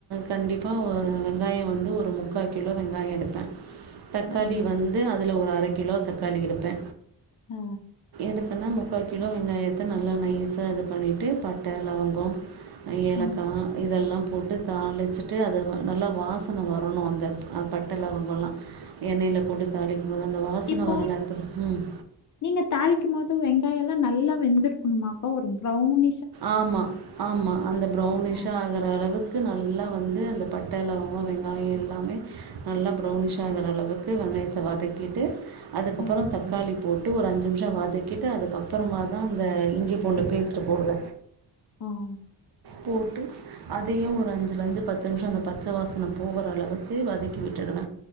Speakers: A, on the right (about 65°); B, on the left (about 45°).
A: கண்டிப்பா ஒரு வெங்காயோ வந்து ஒரு முக்கா கிலோ வெங்காயோ எடுப்பே தக்காளி
B: ஆ,
A: வந்து அத அதுல ஒரு அரை கிலோ தக்காளி எடுப்பே
B: ஆ
A: எடுத்தனா முக்கா கிலோ வெங்காயத்த நல்லா நைஸா இது பண்ணிட்டு பட்ட லவங்கோ ஏலக்கா‌
B: ஆ.
A: இதெல்லா போட்டு தாளிச்சிட்டு அது நல்லா வாசன வரணு அந்த அ பட்ட லவங்கோ எல்லா எண்ணெயில போட்டு தாளி அது அந்த வாசனை
B: இப்போ
A: வர நேரத்தில ம்
B: நீங்க தாளிக்கும்போது வெங்காயம் எல்லாம் நல்லா வெந்திருக்கணுமாக்கா ஒரு ப்ரௌவுன்
A: ஆமா- ஆமா அந்த ப்ரௌனிஷா
B: ஆ,
A: ஆகற அளவுக் க்கு நல்லா வந்து அந்த பட்ட லவங்கோ வெங்காயோ எல்லாமே நல்லா ப்ரௌனிஷா ஆகுற அளவுக்கு வெங்காயத்த வதக்கிட்டு அதுக்கப்புறோ
B: ஆ,
A: தக்காளி போட்டு ஒரு அஞ்சு நிமிஷோ வதக்கிட்டு அதுக்கப்புறமாதா அந்த இஞ்சி பூண்டு பேஸ்ட்டு போடுவ
B: ஆஹ்
A: போட்டு அது எதையும் ஒரு அஞ்சுல இருந்து பத்து நிமிஷோ அந்த பச்ச வாசன போற அளவுக்கு வதக்கி விட்டுடுவ